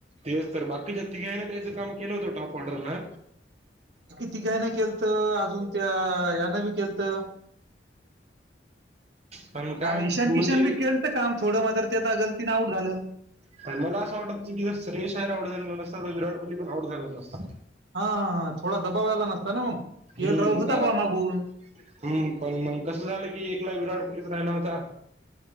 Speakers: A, on the right; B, on the right.
A: तेच तर, बाकीच्या तिघानी त्याचं काम केलं होतं. टॉप ऑर्डरला.
B: कि तीघायन केलत. अजून त्या यान केलंत.
A: पण
B: त्या
A: काय
B: ईशान
A: म्हणजे
B: किशन बी केलत काम. थोडं मात्र गलतीने आउट झालं.
A: पण मला असं वाटतं की जर स्रेशायर आउट झालं नसता तर विराट कोहली पण आउट झाला नसता.
B: हां. हां. हां. थोडा दबाव यायला नसता ना मग? के
A: हम्म
B: एल राहूल होता
A: कारण
B: बा मागून.
A: हम्म. पण मग कसं झालं की एकला विराट कोहलीच राहिला होता.